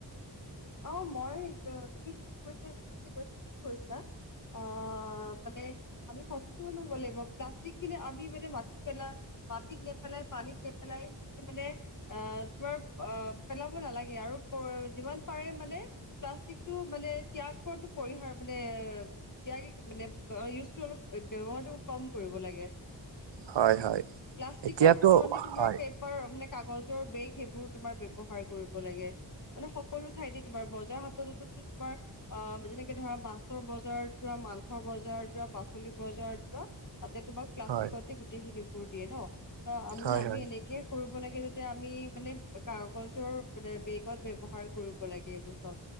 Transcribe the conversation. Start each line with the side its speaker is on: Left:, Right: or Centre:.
Left: অ মই তুমি যিটো কৈছা যিখিনি কৈছা ঠিকেই কৈছা। অ মানে আমি সচেতন হ'ব লাগিব, প্লাষ্টিক খিনি আমি মানে মাটিত পেলা মাটিত নেপেলাই, পানীত নেপেলাই, সেইখিনি মানে অ তোমাৰ অ পেলাব নালাগে আৰু যিমান পাৰে মানে প্লাষ্টিকটো মানে ত্যাগটো পৰিহাৰ মানে এয়া মানে ইউজটো অলপ ব্যয়ৱহাৰটো কম কৰিব লাগে।
Right: হয় হয়।
Left: প্লাষ্টিকৰ
Right: এতিয়াতো
Left: সলনি তোমাৰ
Right: হয়
Left: পেপ কাগজৰ বেগ সেইবোৰ তোমাৰ ব্যবহাৰ কৰিব লাগে। মানে সকলো ঠাইতে তোমাৰ বজাৰ হাততো তোমাৰ আহ যেনেকে ধৰা মাছৰ বজাৰত যোৱা, মাংসৰ বজাৰত যোৱা, পাচলিৰ বজাৰত যোৱা, তাতে তোমাক প্লাষ্টিকতে
Right: হয়
Left: গোটেইখিনিবোৰ দিয়ে ন, ত আম
Right: হয়
Left: আমি
Right: হয়।
Left: এনেকে কৰিব লাগে যাতে আমি মানে কাগজৰ বেগত ব্যৱহাৰ কৰিব লাগে এইবোৰ চব,